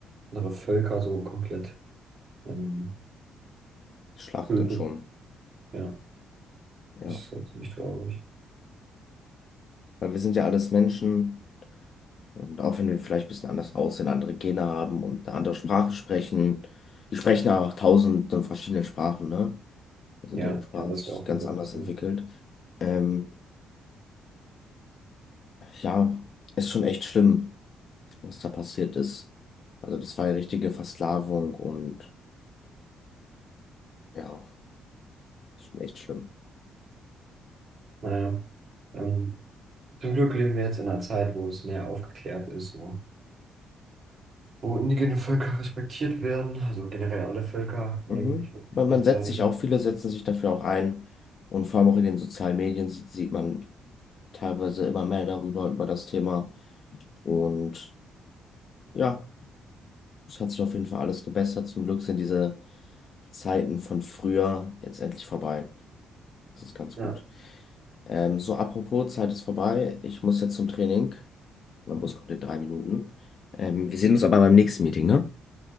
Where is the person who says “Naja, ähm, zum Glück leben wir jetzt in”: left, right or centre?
Right